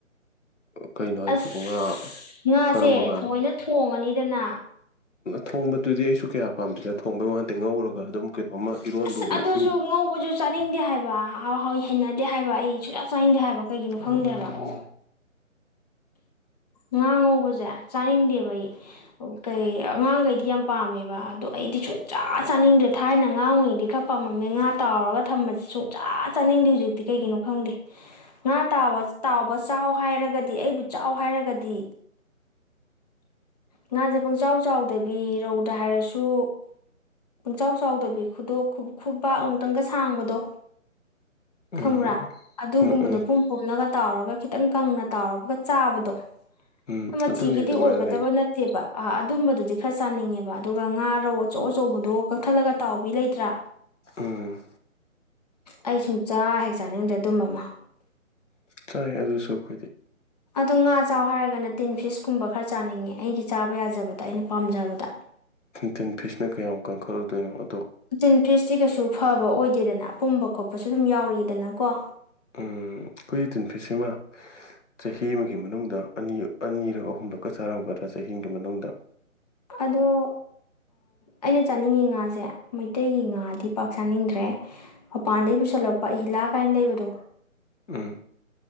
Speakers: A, on the left; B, on the left.
A: ꯀꯩꯅꯣ ꯍꯥꯏꯁꯤꯕꯨ
B: ꯑꯁ
A: ꯉꯥ
B: ꯉꯥꯁꯦ
A: ꯀꯔꯝꯕ ꯉꯥꯅꯣ꯫
B: ꯊꯑꯣꯏꯅ ꯊꯣꯡꯉꯅꯤꯗꯅ
A: ꯊꯣꯡꯕꯗꯨꯗꯤ ꯑꯩꯁꯨ ꯀꯌꯥ ꯄꯥꯝꯗꯦꯗ ꯊꯣꯡꯕꯩ ꯋꯥꯟ ꯇꯦ ꯉꯧꯔꯒ ꯑꯗꯨꯝ ꯀꯩꯅꯣꯝꯃ ꯏꯔꯣꯟꯕ
B: ꯑꯁ
A: ꯑꯣꯏꯔꯁꯨ
B: ꯑꯗꯨꯁꯨ ꯉꯧꯕꯁꯨ ꯆꯥꯅꯤꯡꯗꯦ ꯍꯥꯏꯕ ꯍꯥꯎ ꯍꯥꯎ ꯍꯩꯅꯗꯦ ꯍꯥꯏꯕ ꯑꯩꯁꯨ ꯌꯥꯝ ꯆꯥꯏꯡꯗꯦ ꯍꯥꯏꯕ ꯀꯩꯒꯤꯅꯣ ꯈꯪꯗꯦ
A: ꯎꯝ
B: ꯍꯥꯏꯕ <unintelligible> ꯉꯥ ꯉꯧꯕꯖꯦ ꯆꯥꯅꯤꯡꯗꯦꯕ ꯑꯩ ꯑꯣ ꯀꯩ ꯑꯉꯥꯡꯒꯩꯗꯤ ꯌꯥꯝ ꯄꯥꯝꯃꯦꯕ ꯑꯗꯣ ꯑꯩꯗꯤ ꯁꯨꯡꯆꯥꯥ ꯆꯥꯅꯤꯡꯗ꯭ꯔꯦ ꯊꯥꯏꯅ ꯑꯉꯥꯡ ꯑꯣꯏꯔꯤꯉꯩꯗꯤ ꯈꯔ ꯄꯥꯝꯃꯝꯃꯦ ꯉꯥ ꯇꯥꯎꯔꯒ ꯊꯝꯕꯁꯤ ꯁꯨꯡꯆꯥ ꯆꯥꯅꯤꯡꯗꯦ ꯍꯧꯖꯤꯛꯇꯤ ꯀꯩꯒꯤꯅꯣ ꯈꯪꯗꯦ ꯉꯥ ꯇꯥꯕ ꯇꯥꯎꯕ ꯆꯥꯎ ꯍꯥꯏꯔꯒꯗꯤ ꯑꯩꯕꯨ ꯆꯥꯎ ꯍꯥꯏꯔꯒꯗꯤ ꯉꯥꯖꯦ ꯄꯪꯆꯥꯎ ꯆꯥꯎꯗꯕꯤ ꯔꯧꯗ ꯍꯥꯏꯔꯁꯨ ꯄꯨꯆꯥꯎ ꯆꯥꯎꯗꯕꯤ ꯈꯨꯗꯣ ꯈꯨꯄꯥꯛ ꯑꯃꯨꯛꯇꯪꯒ ꯁꯥꯡꯕꯗꯣ
A: ꯎꯝ
B: ꯈꯡꯕꯔꯥ ꯑꯗꯨꯒꯨꯝꯕꯗꯣ
A: ꯎꯝ ꯎꯝ
B: ꯄꯨꯝ ꯄꯨꯝꯅꯒ ꯇꯥꯎꯔꯒ ꯈꯤꯇꯪ ꯀꯪꯅ ꯇꯥꯎꯔꯒ ꯆꯥꯕꯗꯣ
A: ꯎꯝ
B: ꯃꯆꯤꯒꯤꯗꯤ
A: ꯑꯗꯨꯅꯦ ꯑꯗꯨꯃꯥꯏꯅꯅꯦ
B: ꯑꯣꯏꯒꯗꯕ ꯅꯠꯇꯦ ꯇꯦꯕ ꯑꯥ ꯑꯗꯨꯝꯕꯗꯨꯗꯤ ꯈꯔ ꯆꯥꯅꯤꯡꯉꯦꯕ ꯑꯗꯨꯒ ꯉꯥ ꯔꯧ ꯑꯆꯧ ꯑꯆꯧꯕꯗꯣ ꯀꯛꯊꯠꯂꯒ ꯇꯥꯎꯕꯤ ꯂꯩꯇ꯭ꯔꯥ
A: ꯎꯝ
B: ꯑꯩ ꯁꯨꯡꯆꯥ ꯍꯦꯛ ꯆꯥꯅꯤꯡꯗꯦ ꯑꯗꯨꯝꯕ ꯑꯃ
A: ꯆꯥꯏ ꯑꯗꯨꯁꯨ ꯑꯩꯈꯣꯏꯗꯤ
B: ꯑꯗꯣ ꯉꯥ ꯆꯥꯎ ꯍꯥꯏꯔꯒꯅ ꯇꯤꯟ ꯐꯤꯁꯀꯨꯝꯕ ꯈꯔ ꯆꯥꯅꯤꯡꯉꯦ ꯑꯩꯒꯤ ꯆꯥꯕ ꯌꯥꯖꯕꯗ ꯑꯩꯅ ꯄꯥꯝꯖꯕꯗꯣ
A: ꯇꯤꯟ ꯐꯤꯁꯅ ꯀꯌꯥꯝ ꯀꯟꯈꯠꯂꯨꯗꯣꯏꯅꯣ ꯑꯗꯣ
B: ꯇꯤꯟ ꯐꯁꯇꯤ ꯀꯩꯁꯨ ꯐꯕ ꯑꯣꯏꯗꯦꯗꯅ ꯑꯥꯄꯨꯝꯕ ꯈꯣꯠꯄꯁꯨ ꯑꯗꯨꯝ ꯌꯥꯎꯔꯛ ꯏꯗꯅ ꯀꯣ
A: ꯎꯝ ꯈꯣꯏ ꯇꯤꯟ ꯐꯤꯁꯦꯃꯥ ꯆꯍꯤ ꯑꯃꯒꯤ ꯃꯅꯨꯡꯗ ꯑꯅꯤ ꯑꯅꯤꯔꯛ ꯑꯍꯨꯝꯂꯛꯀꯥ ꯆꯥꯔꯝꯒꯗ꯭ꯔꯥ ꯆꯍꯤ ꯑꯃꯥꯒꯤ ꯃꯅꯨꯡꯗ
B: ꯑꯗꯣ ꯑꯩꯅ ꯆꯥꯅꯤꯡꯉꯤ ꯉꯥꯖꯦ ꯃꯩꯇꯩꯒꯤ ꯉꯥꯗꯤ ꯄꯥꯛ ꯆꯥꯅꯤꯡꯗ꯭ꯔꯦ ꯃꯄꯥꯟꯗꯩ ꯄꯨꯁꯜꯂꯛꯄ ꯑꯍꯤꯂꯥ ꯀꯥꯏꯅ ꯂꯩꯕꯗꯣ
A: ꯎꯝ